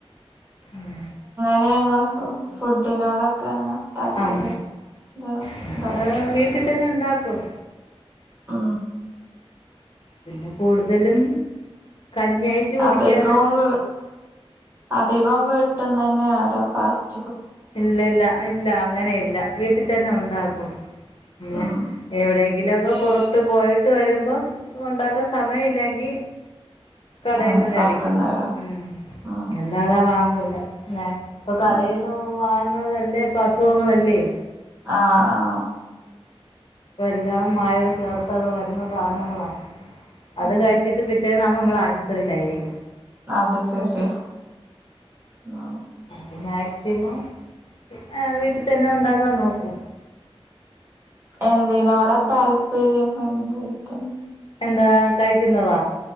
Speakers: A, on the left; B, on the right.
A: ഉം
B: എല്ലാർക്കും ഫുഡിനോട് ഒക്കെ അങ്ങനെ താല്പര്യം
A: ആം
B: വല്ലോം
A: അത്
B: ഉണ്ടോ
A: <unintelligible> തന്നെ ഉണ്ടാക്കും
B: ആ
A: പിന്നെ കൂടുതലും കഞ്ഞിയായിറ്റ് കുടിക്കാന
B: അധികവും അധികം വീട്ടും തന്നെയാ അതാ <unintelligible>
A: ഇല്ല ഇല്ല ഇല്ല അങ്ങനെ ഇല്ല വീട്ടിൽ തന്നെ ഉണ്ടാക്കും പിന്നെ
B: ഉം
A: എവിടെ <unintelligible> പുറത്ത് പോയിട്ട് വരുമ്പം ഉണ്ടാക്കാൻ സമയം ഇല്ലെങ്കി കടേന്ന്
B: ഉം
A: വേടിക്കും
B: പുറത്തുന്ന്
A: ഉം
B: ഉം
A: അല്ലാതെ വാങ്ങൂ ഇപ്പൊ കടേന്ന്
B: ഉം
A: വാ <unintelligible> എല്ലാം ഇപ്പൊ അസുഖങ്ങളല്ലേ
B: ആ ആഹാ
A: എല്ലാം മായവും ചേർത്തത് വരുന്ന സാധനങ്ങളാ അത്
B: ഉം
A: കഴിച്ചിട്ട് പിറ്റേ <unintelligible> നമ്മള് ആശുത്രിയിലായിരിക്കും
B: അത് ശരി ആ
A: അപ്പം മാക്സിമം ആ വീട്ടിൽ തന്നെ ഉണ്ടാകാൻ നോക്കും
B: എന്തിനോടാ താല്പര്യം <inaudible>
A: എന്താ കഴിക്കുന്നതാ